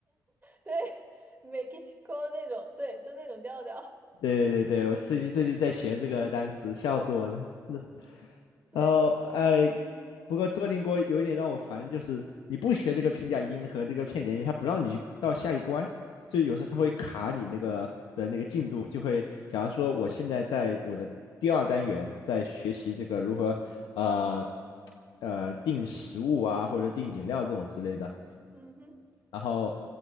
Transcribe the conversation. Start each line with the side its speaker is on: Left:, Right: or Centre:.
Right: 对，Mexico 那种，对，就那种调调，
Left: 对对对，我最近最近在学这个单词，笑死我了。那
Right: 所以说，
Left: 然后哎，
Right: 嗯哼
Left: 不过多邻国有一点让我烦，就是你不学这个平假音和这个片假音，它不让你去到下一关，就有时候它会卡你那个的那个进度，
Right: 嗯
Left: 就会假如说我现在在我的第二单元在学习这个如何呃呃订食物啊或者订饮料这种之类的，
Right: 嗯哼
Left: 然后，